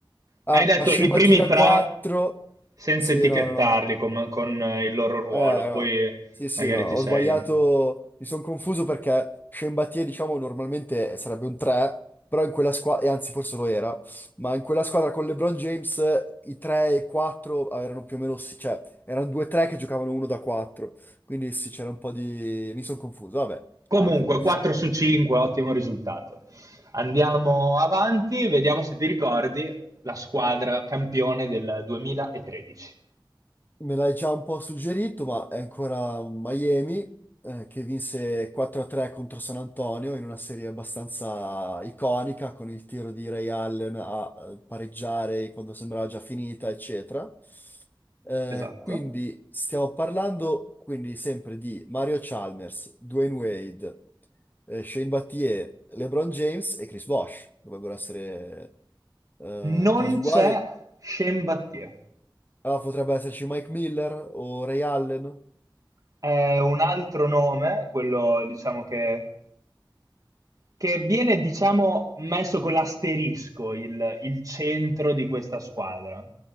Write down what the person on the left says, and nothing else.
Ah,
scimbattita
4.
Sì,
no, no, no.
Eh,
no. Sì, sì,
no, ho
sbagliato, mi sono confuso perché Sciembattie, diciamo, normalmente sarebbe un 3, però in quella squadra, e anzi forse lo era, ma in quella squadra con LeBron James i 3 e 4 erano più o meno, sì, cioè, erano 2-3 che giocavano uno da 4, quindi sì, c'era un po' di... mi sono confuso, vabbè,
amen.
Me l'hai già un po' suggerito, ma è ancora Miami eh, che vinse 4-3 contro San Antonio in una serie abbastanza iconica con il tiro di Ray Allen a eh, pareggiare quando sembrava già finita, eccetera. Eh,
quindi stiamo parlando quindi sempre di Mario Chalmers, Dwayne Wade, eh, Shane Battier, LeBron James e Chris Bosh Dovrebbero essere eh,
quasi
uguali.
Ah, potrebbe esserci Mike Miller o Ray Allen,